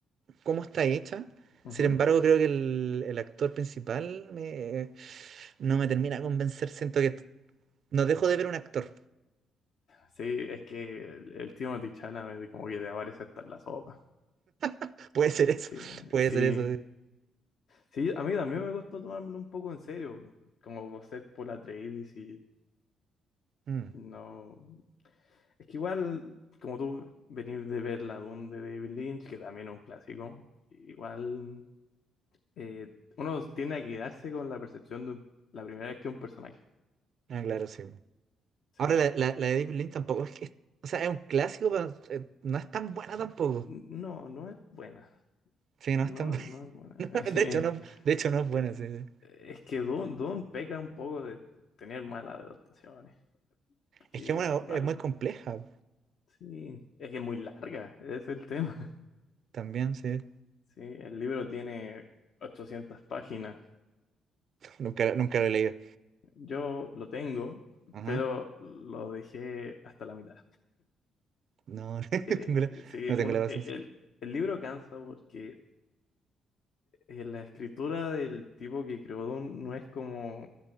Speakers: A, on the right; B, on the left.
A: cómo está hecha.
B: Ujú.
A: Sin embargo, creo que el, el actor principal me- no me termina de convencer. Siento que no dejo de ver un actor.
B: Sí, es que el, el tío Chalamet como que de aparece hasta en la sopa.
A: <laughs> Puede ser eso,
B: Sí,
A: <laughs> puede
B: sí.
A: ser eso. sí.
B: Sí, a mí también me costó tomármelo un poco en serio, como por ser por la Atreides y
A: Mm,
B: no. Es que igual, como tú venís de ver La Dune de David Lynch, que también es un clásico, igual eh, uno tiende a quedarse con la percepción de la primera vez que un personaje.
A: Ah, claro, sí.
B: Sí.
A: Ahora, la, la, la de David Lynch tampoco es que. es- O sea, es un clásico, pero eh, no es tan buena tampoco.
B: N- No, no es buena.
A: Sí, no
B: No,
A: es tan buena.
B: no
A: <laughs>
B: es buena.
A: No,
B: <laughs> Sí.
A: de hecho, no, de hecho, no es buena,
B: Eh,
A: sí. sí.
B: Es que Dune, Dune peca un poco de tener malas adaptaciones. Porque
A: Es que bueno,
B: si mal.
A: es muy compleja
B: Sí. Es que es muy larga, ese es el tema. <laughs>
A: también, sí.
B: Sí, el libro tiene 800 páginas.
A: Nunca, nunca lo he leído.
B: Yo lo tengo,
A: Ajá.
B: pero lo dejé hasta la mitad.
A: No, <laughs>
B: Eh,
A: tengo la-
B: sí,
A: no tengo
B: un-
A: la paciencia.
B: eh, el, el libro cansa porque eh, la escritura del tipo que creó Dune no es como